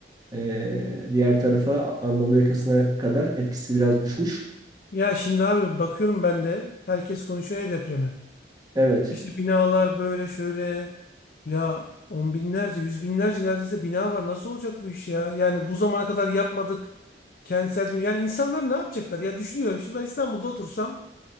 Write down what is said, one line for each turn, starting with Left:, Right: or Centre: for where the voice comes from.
Right: Ee, diğer tarafa Anadolu yakasına kadar etkisi biraz düşmüş.
Left: Ya şimdi abi bakıyorum ben de herkes konuşuyor ya depremi.
Right: Evet.
Left: İşte binalar böyle şöyle ya on binlerce, yüz binlerce neredeyse bina var. Nasıl olacak bu iş ya? Yani bu zamana kadar yapmadık. Kentsel dönüşüm. Yani insanlar ne yapacaklar? Ya düşünüyorum şimdi ben İstanbul'da otursam